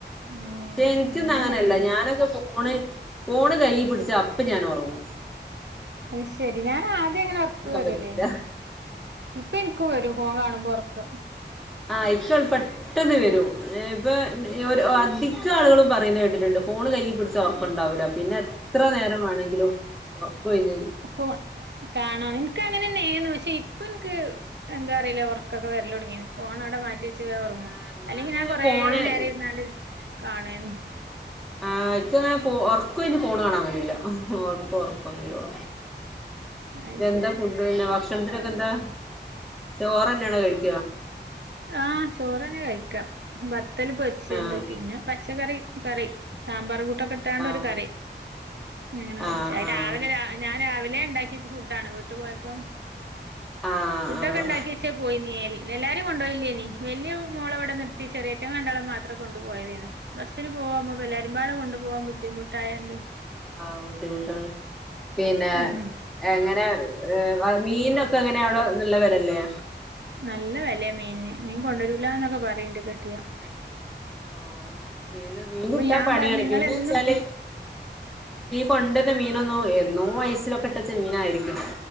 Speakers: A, on the right; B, in the centre.
A: ഉ
B: ആഹ് പക്ഷെ എനിക്കൊന്നും
A: അങ്ങനെയാണ്
B: അങ്ങനെയല്ല ഞാനൊക്കെ ഫോണ് ഫോണ് കൈ പിടിച്ച അപ്പ ഞാൻ ഉറങ്ങും
A: അത് ശെരി ഞാനാദ്യം എങ്ങനെ ഒർക്കവരൂലേ
B: പറ്റൂല
A: ഇനി ഇപ്പൊ എനിക്കും വരും ഫോൺ കാണുമ്പോ ഉറക്കം
B: ആ ഇപ്പോൾ പെട്ടെന്ന് വരും ഇപ്പൊ അധികം ആളുകളും പറയുന്ന കേട്ടിട്ടുണ്ട് ഫോൺ കൈ പിടിച്ചാ ഉറക്കുണ്ടാവൂല പിന്നെ എത്ര നേരം വേണമെങ്കിലും ഉറക്ക കഴിഞ്ഞ
A: ഫോൺ കാണാം നിനക്ക് അങ്ങനെന്നെയ ആയിരുന്നു പക്ഷെ- ഇപ്പൊ എനിക്ക് എന്താ അറിയില്ല ഉറക്കൊക്കെ വരില്ല തുടങ്ങി ഫോണ അവിടെ മാറ്റി വെ ക ഉറങ്ങു
B: ആഹ് ഞാന്
A: അല്ലെങ്കി ഞാൻ കുറെ
B: ഫോണ്
A: നേരം ഇരുന്നാണ്ട് കാണേന്നു
B: ആ എക്കങ്ങനെ ഒർക്കും ഇന്ന് പോണ് കാണാൻ കഴില ഒറക്കം വരുള
A: അത്
B: എന്താ
A: ശരി
B: ഫുഡ്ന്നെ ഭക്ഷ ചന്ദനൊക്കെ എന്താ ചോറന്നെയാണ് കഴിക്ക
A: ആഹ ചോറ്നെ കഴിക്കാം ബ മുട്ട പൊരിച്ചത്
B: ആഹ്
A: ഉണ്ട് പിന്നെ പച്ചക്കറി കറി സാമ്പാർ <unintelligible> ഇടാണ്ട്
B: ആഹ്
A: ഒരു കറി, ഞാൻ
B: ആഹ് ആഹ്
A: രാവിലെ വച്ച് ല്ല ഉണ്ടാക്കി ഫുഡ ആണ് വീട്ട് പോയപ്പം
B: ആഹ്
A: ഫുട്ടൊക്കെ
B: ആഹ്
A: ഉണ്ടാക്കി വെച്ചേ പോയി നീല്ല എല്ലാരും കൊണ്ടുപോയില്ലേനി വല്യ മോള ഇവിടെ നിർത്തി ചെറിയ രണ്ടാളെയും മാത്രം കൊണ്ടുപോയതേന്ന് ബ പോകുമ്പോല്ലരുമ്പാട് കൊണ്ട് പോക്പോ ബുദ്ധിമുട്ടായന്ന്
B: ആ ബുദ്ധിമുട്ടാണ് പിന്നെ
A: ഉം
B: എങ്ങനെ മീനൊ ഇപ്പ എങ്ങനെയ അവിടെ നല്ല വിലല്ലേ
A: നല്ല വിലയ മീന മീൻ കൊണ്ടരു ല്ലന്നൊക്ക പറയിണ്ട് കിട്ടിയ <inaudible>
B: ആ മീന കിട്ടാൻ
A: ഞാൻ
B: പണിയാണ്
A: പറഞ്ഞു നിങ്ങളെന്നും
B: പിന്നെ വെച്ചാല് കൊണ്ടന്ന മീനൊന്നുംഏ എന്നോ ഐസ്സിലൊക്കെ ഇട്ടച്ച മീനായിയിരിക്കും.